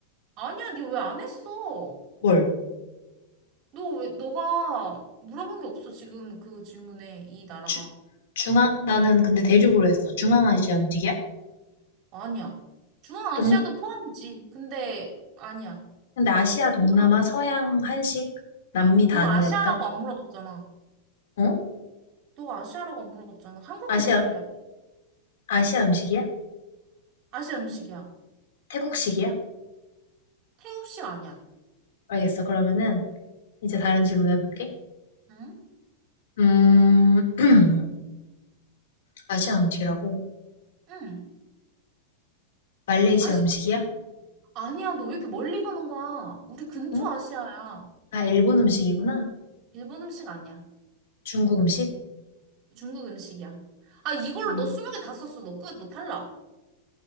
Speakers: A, on the right (about 35°); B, on the left (about 80°).
A: 아니야, 니 왜 안 했어?
B: 뭘?
A: 너 왜, 너가 물어본 게 없어, 지금 그 질문에, 이 나라가.
B: 주, 중앙, 나는 근데 대륙으로 했어. 중앙아시아 음식이야?
A: 아니야. 중앙아시아도
B: 동,
A: 포함이지. 근데, 아니야.
B: 근데 아시아, 동남아,
A: 중앙-
B: 서양, 한식, 남미 다
A: 너가
B: 아니라
A: 아시아라고
B: 했다?
A: 안 물어봤잖아.
B: 어?
A: 너가 아시아라고 안 물어봤잖아. 한국
B: 아시아,
A: 음식이냐?
B: 아시아 음식이야?
A: 아시아 음식이야.
B: 태국식이야?
A: 태국식 아니야.
B: 알겠어. 그러면은 이제 다른 질문 해볼게.
A: 응?
B: 음, <clears throat> 아시아 음식이라고?
A: 응.
B: 말레이시아
A: 아시아
B: 음식이야?
A: 음식. 아니야. 너 왜 이렇게 멀리 가는 거야? 우리 근처
B: 응?
A: 아시아야.
B: 아, 일본 음식이구나.
A: 일본 음식 아니야.
B: 중국 음식?
A: 중국 음식이야. 아, 이걸로
B: 음,
A: 너 스무 개 다 썼어. 너 끝. 너 탈락.